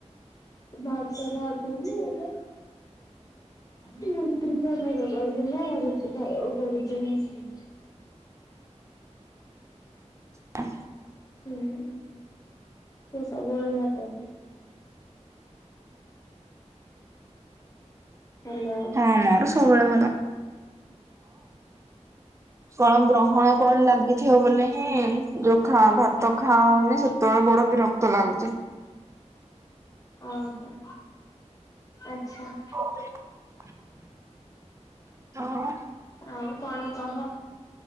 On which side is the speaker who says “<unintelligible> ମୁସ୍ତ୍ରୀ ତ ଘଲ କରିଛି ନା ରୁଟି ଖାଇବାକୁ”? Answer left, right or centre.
Left